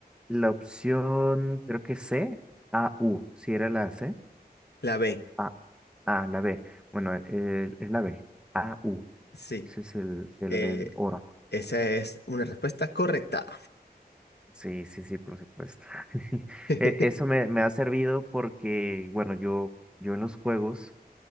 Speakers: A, in the centre; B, on the left (about 85°).
A: la opción, creo que C, A, U. Si era la C,
B: La B,
A: A, A, la B. Bueno, eh, es la B, A, U.
B: sí.
A: Ese es el, el
B: Eh,
A: del oro.
B: esa es una respuesta correcta.
A: Sí, sí, sí, por supuesto. <laughs>
B: <laughs>
A: E- Eso me, me ha servido porque, bueno, yo, yo en los juegos.